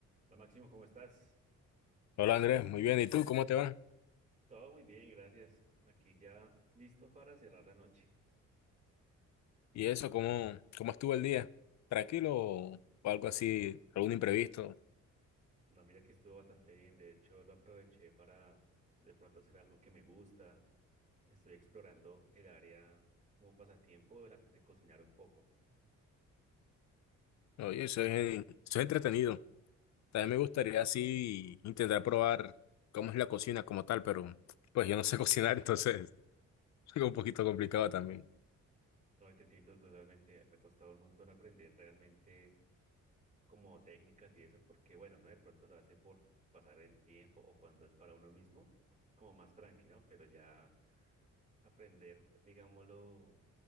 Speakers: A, on the right; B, on the left.
A: Hola Máximo, ¿cómo estás?
B: Hola Andrés, muy bien. ¿Y tú cómo te va?
A: Todo muy bien, gracias. Aquí ya listo para cerrar la noche.
B: ¿Y eso cómo, cómo estuvo el día? ¿Tranquilo o algo así, algún imprevisto?
A: No, mira que estuvo bastante bien. De hecho, lo aproveché para de pronto hacer algo que me gusta. Estoy explorando el área como pasatiempo de, la- de cocinar un poco.
B: Oye, eso es, eso es entretenido. También me gustaría así intentar probar cómo es la cocina como tal, pero pues yo no sé <laughs> cocinar, entonces <laughs> es un poquito complicado también.
A: No, y te entiendo totalmente. Me ha costado un montón aprender realmente como técnicas y eso, porque bueno, no de pronto lo hace por pasar el tiempo o cuando es para uno mismo, como más tranqui, ¿no? Pero ya aprender, digámoslo,